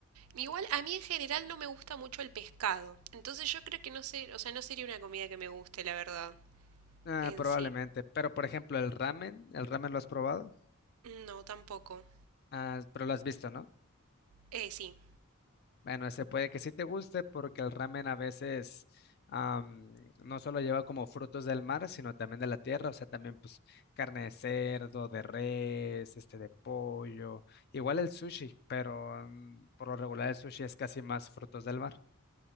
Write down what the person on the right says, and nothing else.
Igual a mí en general no me gusta mucho el pescado. Entonces yo creo que no sé, o sea, no sería una comida que me guste, la verdad.
en
sí.
No, tampoco.
Eh, sí.